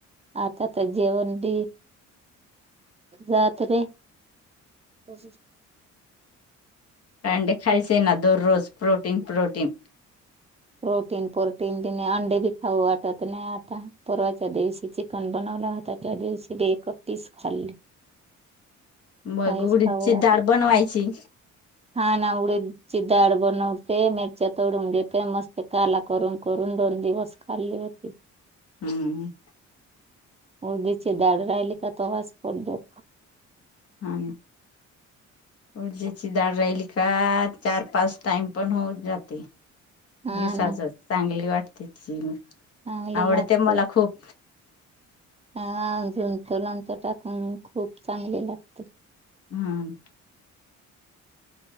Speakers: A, on the right; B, on the left.
A: आता तर जेवण बी जात रे. हो.
B: अंडे खायचे ना दररोज प्रोटीन प्रोटीन.
A: प्रोटीन प्रोटीन बी नाही अंडे बी खाऊ वाटत नाही. आता परवाच्या दिवशी चिकन बन वल हा त्या दिवशी बी एकच पीस खाल्ली.
B: मग
A: काहीच
B: उडीदची
A: खाऊ वाटत
B: डाळ बनवायची.
A: हा ना उडीदची डाळ बनवते. मिरच्या तोडून घेते. मस्त काला करून करून दोन दिवस खाल्ली होती.
B: हम्म.
A: उडीदची डाळ राहली की वास पडतो.
B: हा. उडीदची डाळ राहिली का चार, पाच टाइम पण होऊ जाते.
A: हा
B: दिवसाच
A: ना
B: चांगली वाटते ती.
A: चांगली
B: आवडते
A: लागते
B: मला खूप.
A: हा झूनच लोणचं टाकून खूप चांगले लागते.
B: हम्.